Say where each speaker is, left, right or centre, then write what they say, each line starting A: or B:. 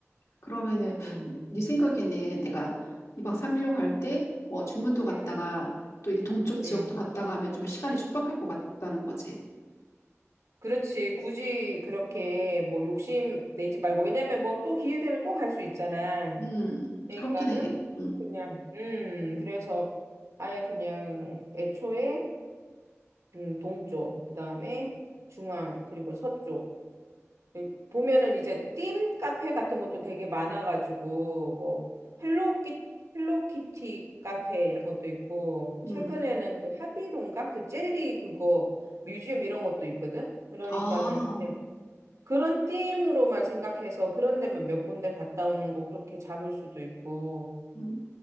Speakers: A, on the left (about 75°); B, on the right (about 80°).
A: 그러면은
B: 음,
A: 네 생각에는 내가 2박 3일로 갈 때 뭐 중문도 갔다가
B: 음,
A: 또 이게 동쪽 지역도
B: 음.
A: 갔다가 하면 좀 시간이 촉박할 것 같다는 거지.
B: 그렇지. 굳이 그렇게 뭐 욕심 내지 말고. 왜냐면 뭐 또 기회 되면 또 갈 수 있잖아.
A: 음,
B: 그러니까는
A: 그렇긴 해. 음,
B: 그냥, 음, 그래서 아예 그냥 애초에 음, 동쪽, 그 다음에 중앙, 그리고 서쪽. 예, 보면은 이제 ธี카페 같은 것도 되게 많아가지고 뭐 헬로키 헬로키티 카페 이런 것도 있고 최근에는
A: 음.
B: 그 하비론가 그 젤리 그거 뮤지엄 이런 것도 있거든. 그러니까는
A: 아,
B: 그냥 그런 ธี으로만 생각해서 그런 데만 몇 군데 갔다 오는 거 그렇게 잡을 수도 있고
A: 음.